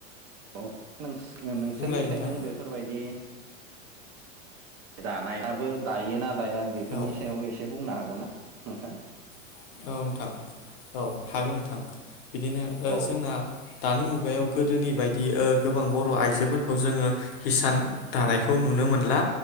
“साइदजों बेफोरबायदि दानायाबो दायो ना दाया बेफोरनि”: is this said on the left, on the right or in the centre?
Right